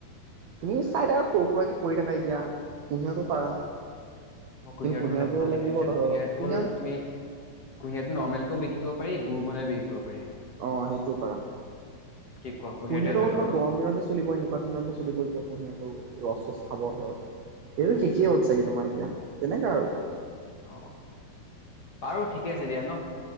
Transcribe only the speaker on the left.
মই কুহিয়াৰটো
মানে ভাল
দেখিছো বুজিছা,
কুঁহিয়াৰটো
হল তুমি কুঁহিয়াৰটো নৰ্মমেলকেও বিক কি কৰিব পাৰি, গুৰ বনাই বিক্ৰী কৰিব পাৰি।
কি কোৱা কুঁহিয়াৰটোৱে লৈ
লওঁ
ন?
উম।
অ বাৰু ঠিকে আছে দিয়া ন